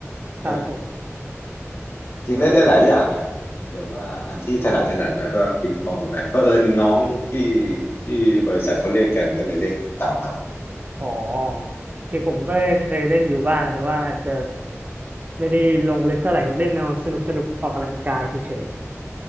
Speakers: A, on the right; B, on the left.
A: ครับผม
B: เออจริงๆเล่นได้หลายอย่างแหละแต่ว่าอันที่ถนัดถนัดหน่อยก็ปิงปองกับแบดเผอิญน้องที่ที่บริษัทเขาเล่นกันก็เลยเล่นตามเขา
A: อ๋อคือผมก็เคยเล่นอยู่บ้างแต่ว่าอาจจะไม่ได้ลงลึกเท่าไหร่ครับเล่นเอาสนุกสนุกออกกำลังกายเฉย